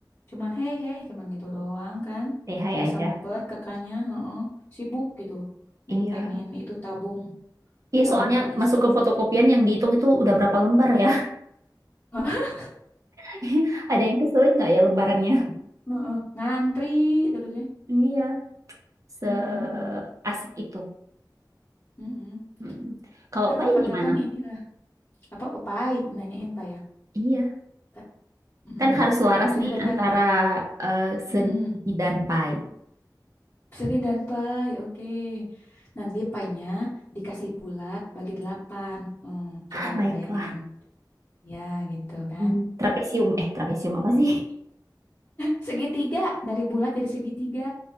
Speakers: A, on the left (about 35°); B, on the right (about 45°).
A: cuman hey hey cuman gitu doang kan
B: TH aja.
A: nggak sempet kakaknya heeh, sibuk gitu nentengin
B: Iya.
A: itu tabung
B: Iya
A: tabung
B: soalnya
A: berisi
B: masuk ke
A: gitu.
B: fotokopian yang dihitung itu udah berapa lembar ya.
A: <laughs>
B: <laughs> Ada yang kesulit nggak ya lembarannya?
A: Heeh, ngantri terus ya
B: Iya, seasik
A: Mm-mm,
B: itu.
A: mm-mm.
B: Mm. Kalau
A: Ntar
B: Pai
A: kapan-kapan
B: gimana?
A: inilah apa opai nanyain pak ya
B: Iya,
A: Ta- mm-mm.
B: kan harus selaras
A: maksudnya
B: nih
A: tadi
B: antara
A: aku
B: eh, seni
A: mm-mm.
B: dan Pai.
A: Seri dan pie, oke. Nanti pie-nya dikasih bulat bagi delapan. Hmm, coba
B: Baiklah.
A: bayangin. Ya, gitu kan.
B: Hmm, Trapesium. Eh, trapesium apa sih? <laughs>
A: Segitiga, dari bulat jadi segitiga.